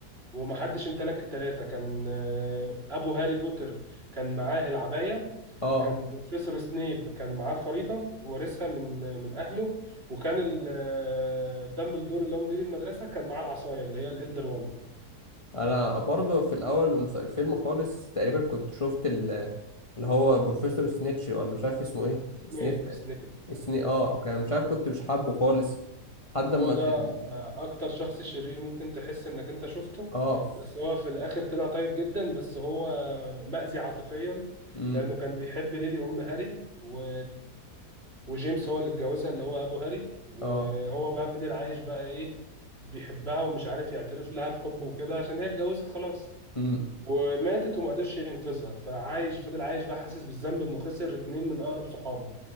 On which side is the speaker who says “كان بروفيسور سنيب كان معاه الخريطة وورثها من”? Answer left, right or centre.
Right